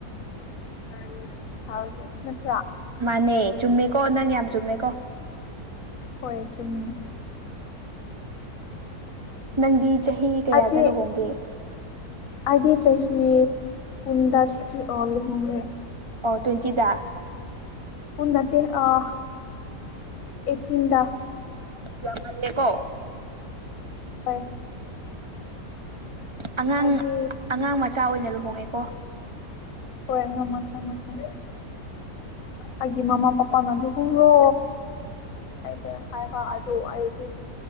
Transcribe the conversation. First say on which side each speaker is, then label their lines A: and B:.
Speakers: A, on the left (about 65°); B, on the right (about 30°).
A: ꯅꯣꯏꯒ ꯁꯥꯎꯗꯦ ꯅꯠꯇ꯭ꯔꯥ
B: ꯃꯥꯅꯦ ꯆꯨꯝꯃꯦꯀꯣ ꯅꯪ ꯌꯥꯝ ꯆꯨꯝꯃꯦꯀꯣ
A: ꯍꯣꯏ ꯆꯨꯝꯃꯤ
B: ꯅꯪꯗꯤ ꯆꯍꯤ ꯀꯌꯥꯗ
A: ꯑꯩꯗꯤ
B: ꯂꯨꯍꯣꯡꯒꯦ
A: ꯑꯩꯗꯤ ꯆꯍꯤ ꯀꯨꯟꯗ ꯂꯨꯍꯣꯡꯒ꯭ꯔꯦ
B: ꯑꯣ ꯇ꯭ꯋꯦꯟꯇꯤꯗ
A: ꯎꯟ ꯅꯠꯇꯦ ꯑ ꯑꯩꯠꯇꯤꯟꯗ
B: ꯌꯥꯝꯃꯜꯂꯦꯀꯣ
A: ꯍꯣꯏ
B: ꯑꯉꯥꯡ
A: ꯍꯥꯏꯗꯤ
B: ꯑꯉꯥꯡ ꯃꯆꯥ ꯑꯣꯏꯅ ꯂꯨꯍꯣꯡꯉꯦꯀꯣ
A: ꯍꯣꯏ ꯑꯉꯥꯡ ꯃꯥꯆꯥ <unintelligible> ꯑꯩꯒꯤ ꯃꯃꯥ ꯄꯄꯥꯅ ꯂꯨꯍꯣꯡꯔꯣ ꯍꯥꯏꯕ꯭ꯔꯥ ꯍꯥꯏꯕ ꯑꯗꯨ ꯑꯩ